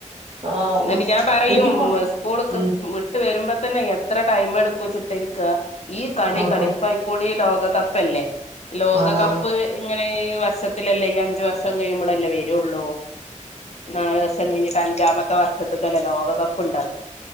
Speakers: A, on the right; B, on the left.
A: ആ
B: എന്നിട്ട് ഞാൻ പറയും
A: എനിക്കിപ്പോ
B: സ്കൂൾക്ക്
A: ഉം
B: വിട്ട് വരുമ്പോ തന്നെ എത്ര ടൈം എടുക്കും ച്ചിട്ടിരിക്ക ഈ കളി
A: ആഹ്
B: കണിപ്പായിക്കൂടി ലോകകപ്പല്ലേ ലോകകപ്പ്
A: ആഹ് ആഹ്
B: ഇങ്ങനെ വർഷത്തിലല്ലേ ഈ അഞ്ച വർഷം കഴിയുമ്പോഴല്ലേ വര ള്ളൂ നാലല് ദിവസം കഴിഞ്ഞിട്ട് അഞ്ചാമത്തെ വ വർഷത്തക്കന്നെ ലോകകപ്പ് ഉണ്ടാവും